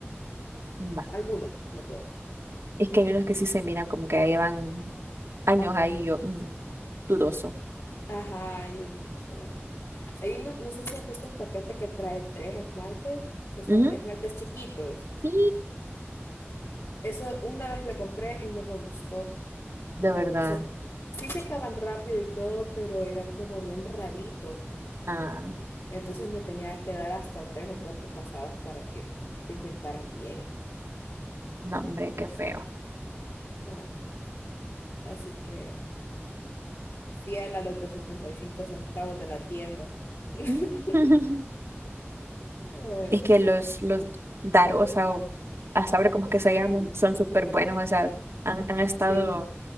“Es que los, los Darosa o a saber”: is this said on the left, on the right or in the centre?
Right